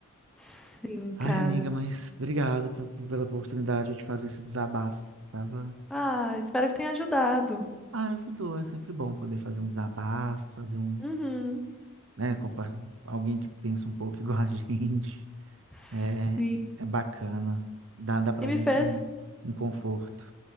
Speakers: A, in the centre; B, on the right (about 60°).
A: sim,
B: Ai,
A: cara.
B: amiga, mas obrigado pe- pe- pela oportunidade de fazer esse desabafo. Tava
A: Ah, espero que tenha ajudado.
B: Ah, ajudou. É sempre bom poder fazer um desabafo, fazer um,
A: Uhum.
B: né, compa- alguém que pensa um pouco igual a <laughs> gente.
A: Sim.
B: É, é bacana. Dá, dá pra
A: E me
B: gente
A: fez,
B: um, um conforto.